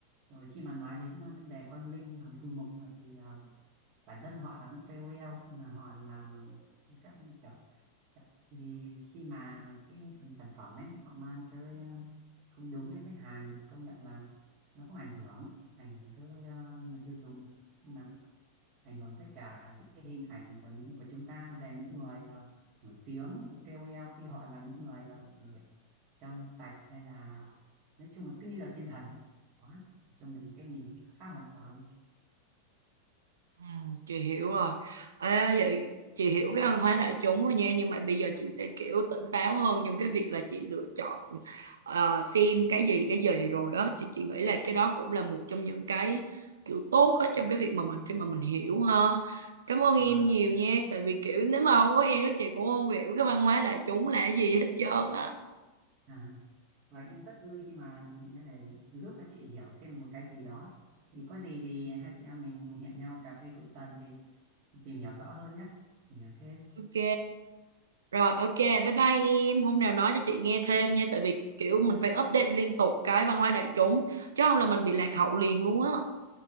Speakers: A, on the right; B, on the right.
A: rồi khi mà nói đến à, vấn đề con Linh thằng Du Mục à, thì à, bản thân họ là những KOL khi mà họ làm các kiểu thì khi mà cái phần sản phẩm ấy họ mang tới à, không đúng với khách hàng thì công nhận là nó cũng ảnh hưởng ảnh hưởng tới à, người tiêu dùng Nhưng mà ảnh hưởng tới cả cái hình ảnh của những của chúng ta về những người ờ, nổi tiếng những KOL khi họ là những người ờ, gì nhỉ? trong sạch hay là nói chung là cứ như là thiên thần ấy. đó cho mình một cái nhìn khác hoàn toàn
B: Ừ, chị hiểu rồi. Ê, vậy chị hiểu cái văn hóa đại chúng rồi nha nhưng mà bây giờ chị sẽ kiểu tỉnh táo hơn trong cái việc là chị lựa chọn ờ, xem cái gì cái gì rồi á thì chị nghĩ là cái đó cũng là một trong những cái kiểu tốt á trong cái việc mà mình khi mà mình hiểu ha. Cảm ơn
A: và
B: em nhiều nha tại vì kiểu nếu mà không có em các chị cũng không hiểu cái văn hóa đại chúng là cái gì hết trơn á.
A: à, và em rất vui khi mà cái này giúp các chị hiểu thêm một cái gì đó thì có gì thì hai chị em mình hẹn nhau cà phê cuối tuần thì tìm hiểu rõ hơn nhé tìm hiểu thêm
B: Ok. Rồi ok, bye bye em. Hôm nào nói cho chị nghe thêm nha tại vì kiểu mình phải update liên tục cái văn hóa đại chúng chứ không là mình bị lạc hậu liền luôn á.